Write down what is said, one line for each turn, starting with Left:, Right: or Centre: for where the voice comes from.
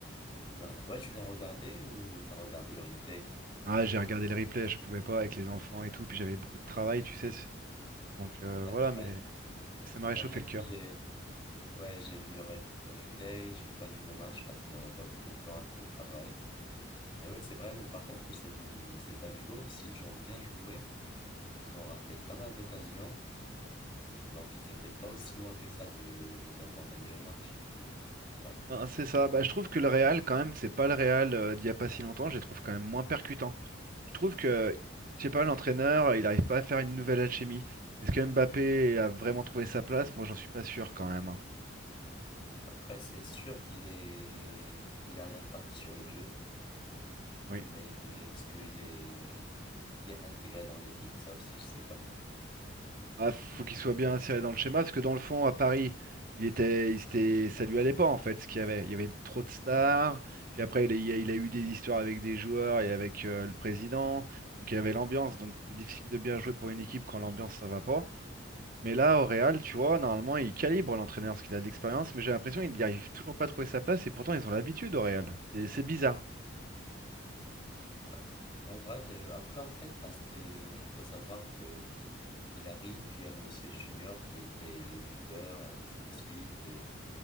Left: Non. Ouais, tu l'as regardé ou t'as regardé le replay?
Right: Ah, j'ai regardé le replay, je pouvais pas avec les enfants et tout, puis j'avais beaucoup de travail, tu sais. c'est- Donc euh,
Left: Ouais,
Right: voilà,
Left: pareil.
Right: mais ça m'a réchauffé
Left: Ouais, moi
Right: le
Left: aussi,
Right: cœur.
Left: j'ai ouais, j'ai vu le, rep- le replay, j'ai pas vu le match parce que j'avais pas beaucoup de temps avec le travail. Mais ouais, c'est vrai, mais par contre, le, Cel- le Celta Vigo aussi, ils ont bien joué. Ils ont raté pas mal d'occasions. Donc, ils étaient pas aussi loin que ça de d'avoir gagné le match. Mais ouais.
Right: Ah, c'est ça. Bah je trouve que le Real quand même, c'est pas le Real euh, d'il y a pas si longtemps. Je les trouve quand même moins percutants. Je trouve que, je sais pas, l'entraîneur, euh, il n'arrive pas à faire une nouvelle alchimie. Est-ce que Mbappé a vraiment trouvé sa place? Moi, j'en suis pas sûr quand même. hein.
Left: Après, c'est sûr qu'il est qu'il a un impact sur le jeu.
Right: Oui.
Left: Mais est-ce qu'il est bien intégré dans l'équipe? Ça aussi, je sais pas trop.
Right: Ah, faut qu'il soit bien inséré dans le schéma, parce que dans le fond, à Paris, il était, il s'était- ça lui allait pas en fait, ce qu'il y avait. Il y avait trop de stars. Puis après, il a, il a- il a eu des histoires avec des joueurs et avec euh, le président. Donc il y avait l'ambiance. Donc c'est difficile de bien jouer pour une équipe quand l'ambiance ça va pas. Mais là, au Real, tu vois, normalement, il calibre l'entraîneur parce qu'il a de l'expérience, mais j'ai l'impression qu'il n'arrive toujours pas à trouver sa place et pourtant ils ont l'habitude au Real. C'est c'est bizarre.
Left: Ouais. En vrai, euh, après, en fait, parce que il faut savoir que il arrive, il y a Vinicius Junior qui était le buteur, et ainsi de suite. euh,